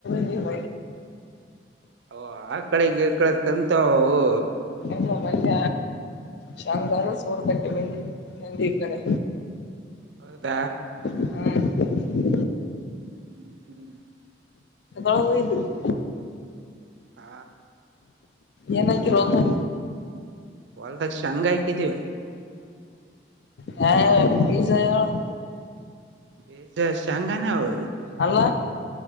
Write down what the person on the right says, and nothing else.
ಓ ಆ ಕಡೆಗೆ ಈಕಡೆ ತಿಂತಾವವು.
ಹೌದ.
ಹ ಹ
ಆ..
ಹೊಲ್ದಾಗ ಶಂಗ್ ಹಾಕಿದೀವಿ
ಬೀಜ್ ಶಂಗನ ಅವ್